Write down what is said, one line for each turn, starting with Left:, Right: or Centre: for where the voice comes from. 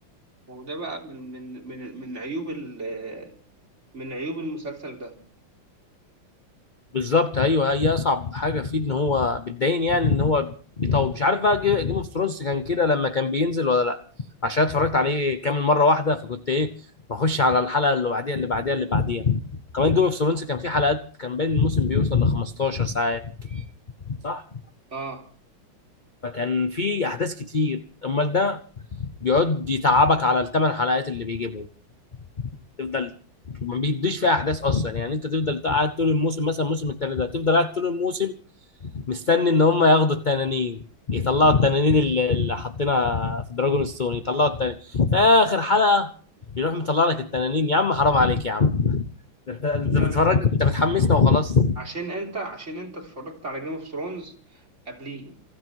Right: وده بقى من من من من عيوب ال- من عيوب المسلسل ده
Left: بالظبط ايوه هي اصعب حاجه فيه ان هو بتضايقني يعني ان هو بيطول مش عارف بقى جيم اوف ثرونز كان كده لما كان بينزل ولا لا عشان اتفرجت عليه كامل مره واحده فكنت ايه بخش على الحلقه اللي بعديها اللي بعديها اللي بعديها كمان جيم اوف ثرونز كان فيه حلقات كان بين الموسم بيوصل ل 15 ساعات صح
Right: اه
Left: فكان فيه احداث كتير امال ده بيقعد يتعبك على الثمان حلقات اللي بيجيبهم تفضل ما بيديش فيها احداث اصلا يعني انت تفضل قاعد طول الموسم مثلا الموسم التالت ده تفضل قاعد طول الموسم مستني ان هم ياخدوا التنانين يطلعوا التنانين اللي اللي حاطينها في دراجون ستون يطلعوا التنانين في اخر حلقه يروح مطلع لك التنانين يا عم حرام عليك يا عم ده انت انت
Right: لا
Left: بتفرج
Right: لا لا
Left: انت بتحمسنا وخلاص
Right: عشان انت عشان انت اتفرجت على جيم اوف ثرونز قبليه